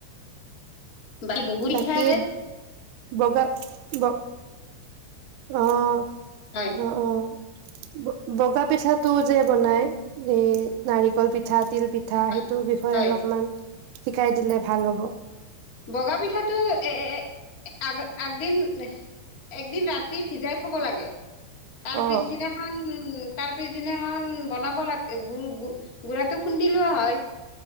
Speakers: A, on the left; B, on the right.
A: বাকী বহুত পিঠা
B: বাকী
A: আছে
B: বগা ব অহ
A: হয়
B: অ অ, ব বগা পিঠাটো যে বনাই। এই নাৰিকল পিঠা তিল, পিঠা
A: হয়
B: সেইটোৰ বিষয়ে
A: হয়
B: অলপমান। শিকাই দিলে ভাল হ'ব।
A: বগা পিঠাটো এএএএ আগ আগদিন একদিন ৰাতি ভিজাই থব লাগে। তাৰ
B: অ
A: পিছ দিনাখন উ, তাৰ পিছদিনাখন বনাব লাগে গুৰ গু, গুড়াটো খুন্দি লোৱা হয়।